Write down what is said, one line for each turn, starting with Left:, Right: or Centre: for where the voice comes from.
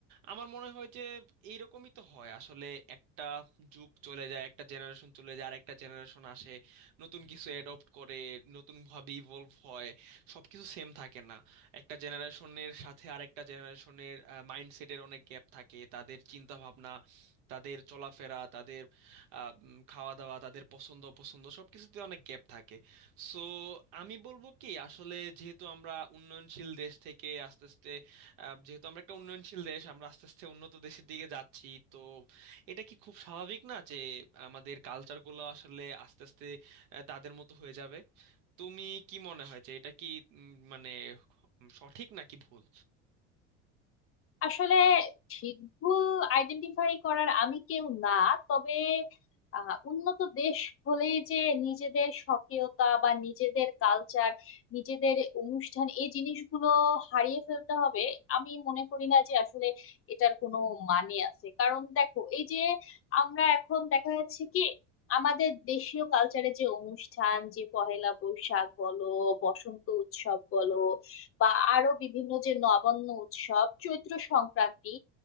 Right: আমার মনে হয় যে এইরকমই তো হয় আসলে একটা যুগ চলে যায় একটা জেনারেশন চলে যায় আর একটা জেনারেশন আসে নতুন কিছু অ্যাডপ্ট করে নতুনভাবে ইভলভ হয় সব কিছু সেম থাকে না একটা জেনারেশনের সাথে আরেকটা জেনারেশনের মাইন্ডসেটের অনেক গ্যাপ থাকে তাদের চিন্তা ভাবনা তাদের চলাফেরা তাদের আহ, উম, খাওয়া দাওয়া তাদের পছন্দ অপছন্দ সব কিছুতে অনেক গ্যাপ থাকে সো আমি বলবো কি আসলে যেহেতু আমরা উন্নয়নশীল দেশ থেকে আস্তে আস্তে আহ, যেহেতু আমরা একটা উন্নয়নশীল দেশ আমরা আস্তে আস্তে উন্নত দেশের দিকে যাচ্ছি তো এটা কি খুব স্বাভাবিক না যে আমাদের কালচারগুলো আসলে আস্তে আস্তে আহ, তাদের মতো হয়ে যাবে তুমি কি মনে হয় যে এটা কি উম, মানে সঠিক নাকি ভুল
Left: আসলে ঠিক ভুল আইডেন্টিফাই করার আমি কেউ না তবে আহ, উন্নত দেশ হলেই যে নিজেদের স্বকীয়তা বা নিজেদের কালচার নিজেদের অনুষ্ঠান এই জিনিসগুলো হারিয়ে ফেলতে হবে আমি মনে করি না যে আসলে এটার কোনো মানে আছে কারণ দেখো এই যে আমরা এখন দেখা যাচ্ছে কি আমাদের দেশীয় কালচারের যে অনুষ্ঠান যে পহেলা বৈশাখ বলো বসন্ত উৎসব বলো বা আরো বিভিন্ন যে নবান্ন উৎসব চৈত্র সংক্রান্তি